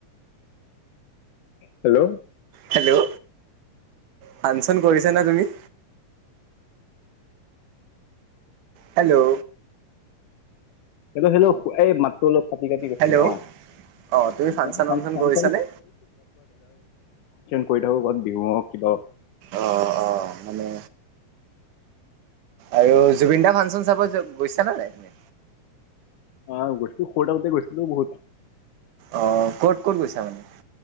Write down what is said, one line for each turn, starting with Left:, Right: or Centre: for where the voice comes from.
Left: হেল্ল'
Right: হেল্ল' ফাংচন কৰিছা নে তুমি হেল্ল'
Left: সেই এই মাতটো অলপ কাটি কাটি গৈছিলে
Right: হেল্ল'
Left: অ
Right: অ তুমি
Left: <unintelligible>
Right: ফাংচন চাংচন
Left: কৰি
Right: কৰিছানে?
Left: থাকো ক'ত বিহু কিবা?
Right: অ অ মানে আৰু জুবিন দা ফাংচন চাব গৈছা নে নাই তুমি
Left: অ গৈছিলো সৰু থাকোঁতে গৈছিলো বহুত
Right: অ ক'ত ক'ত গৈছা মানে